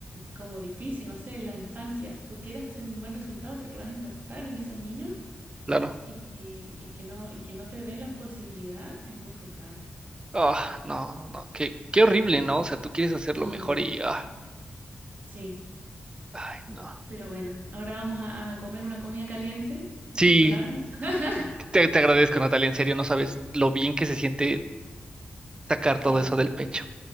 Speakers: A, on the right; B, on the right.
A: como difícil, no sé, en las infancias, tú quieres hacer un buen resultado porque vas a impactar en esos niños
B: claro.
A: y, y que no, y que no te den la posibilidad, es muy frustrante.
B: Ah, no, no, no, qué, qué horrible, ¿no? O sea, tú quieres hacerlo
A: Mm,
B: mejor y, ah,
A: sí,
B: ay, no.
A: pero bueno, ahora vamos a, a comer una comida caliente y a consolarnos.
B: Sí,
A: <laughs>
B: te, te agradezco, Natalia, en serio, no sabes lo bien que se siente sacar
A: Sí.
B: todo eso del pecho.